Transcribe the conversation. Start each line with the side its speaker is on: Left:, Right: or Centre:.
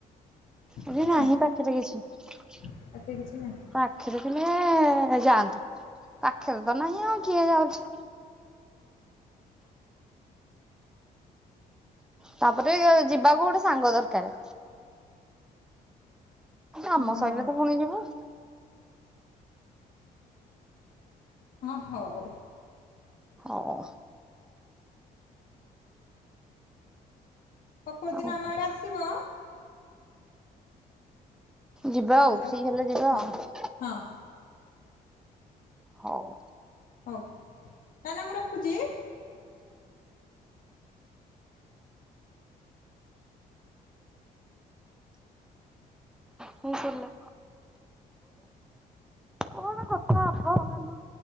Centre: ଏଠି
Left: କି ନାଇଁ?
Centre: ନାହିଁ ପାଖରେ କିଛି ପା
Left: ପାଖରେ କିଛି ନାହିଁ।
Centre: ପାଖରେ କିମେ ଯାଆନ୍ତୁ ପାଖରେ ତ ନାହିଁ ଆଉ କିଏ ଯାଉଛି। ତାପରେ ଯିବାକୁ ଗୋଟେ ସାଙ୍ଗ ଦରକାର। ଆମ
Left: ହଁ
Centre: ଶର ତ ପୁଣି ଯିବ।
Left: ହଁ ହଉ
Centre: ଓଉ।
Left: ହଉ କଉଦିନ
Centre: ଆଉ
Left: ଆମ ଆଡ଼େ ଆସିବ।
Centre: ଯିବା ଆଉ
Left: ହ୍ୟାଲୋ
Centre: ଫ୍ରି ହେଲେ ଯିବା
Left: ହଁ
Centre: ଆଉ।
Left: ହଁ।
Centre: ହଉ
Left: ହଉ ନା ନା ମୁଁ ରଖୁଛି।
Centre: ହୁଁ ସରିଲା କଣ କଥା ହବ କାଲି